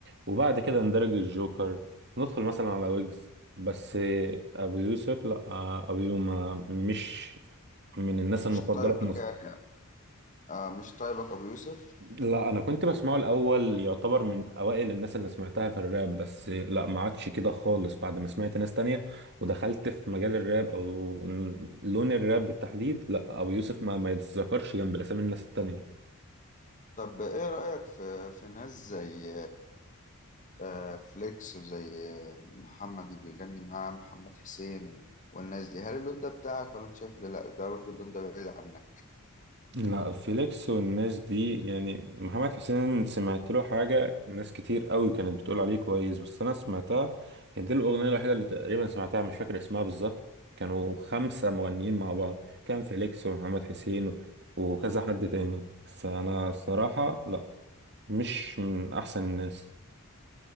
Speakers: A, on the right; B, on the left.
A: وبعد كده ندرج الجوكر ندخل مثلا على ويجز بس أبو يوسف لأ أبو يوم مش من الناس
B: مش
A: المفضلة
B: طيبك
A: في مصر
B: يعني آه مش طيبك أبو يوسف
A: لا انا كنت بسمعه الاول يعتبر من اوائل الناس اللي سمعتها في الراب بس لا ما عادش كده خالص بعد ما سمعت ناس تانية ودخلت في مجال الراب او لون الراب بالتحديد لا ابو يوسف ما ما يتذكرش جنب الاسامي الناس التانية
B: طب إيه رأيك في في ناس زي آه، فليكس وزي آه، محمد اللي بيغني معاه محمد حسين و- والناس دي هل اللون ده بتاعك ولا انت شايف إن لا ده برضه اللون ده بعيد عنك
A: لا فيليكس والناس دي يعني محمد حسين سمعت له حاجة ناس كتير قوي كانت بتقول عليه كويس بس أنا سمعتها هي دي الأغنية الوحيدة اللي تقريبا سمعتها مش فاكر اسمها بالظبط كانوا خمسة مغنيين مع بعض كان فيليكس ومحمد حسين وكذا حد تاني بس أنا الصراحة لا مش من أحسن الناس